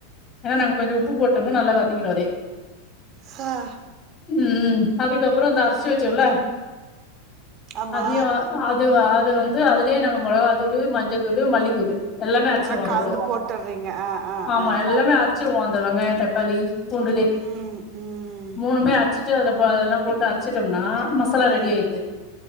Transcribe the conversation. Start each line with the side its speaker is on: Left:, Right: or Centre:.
Left: ஏன்னா நாங்க கொஞ்சோ உப்பு போட்டோம்னா நல்லா வதங்கிடு அதே
Right: சார்
Left: ம் அதுக்கப்புறோ அந்த அர்ஸ்சு வச்சோல
Right: ஆமா
Left: அதையு அ அ அதுவ அது வந்து அதுலயே நாங்க மொளகா தூளு மஞ்ச தூளு மல்லித்தூளு எல்லாமே அரசிருவோ
Right: நல்லா
Left: அது
Right: கலந்து
Left: கூடோ
Right: போட்டுறீங்க ஆ ஆ
Left: ஆமா
Right: ஆ
Left: எல்லாமே அரைச்சிருவோ அந்த வெங்காயோ தக்காளி காளி பூண்டுலே
Right: ம் ம்
Left: மூணுமே அரசிட்டு அதுல அதெல்லா போட்டு அரச்சுட்டோம்னா மசாலா
Right: ம்
Left: ரெடி ஆயிது